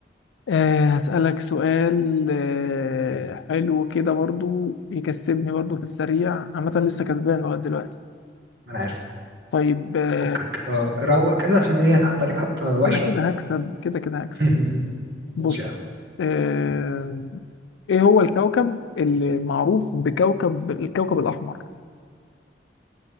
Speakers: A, on the left; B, on the right.
A: أه هسألك سؤال أه حلو كده برضو يكسبني برضو في السريع عامة لسه كسبان لغاية دلوقتي
B: ما انا عارف
A: طيب آه،
B: فكك اه روق كده عشان ايه هتحط عليك حتى وحشه
A: كده كده
B: أوي.
A: هكسب كده كده هكسب
B: <laughs>
A: بص
B: ماشي يا عم.
A: آه، ايه هو الكوكب اللي معروف بكوكب الكوكب الاحمر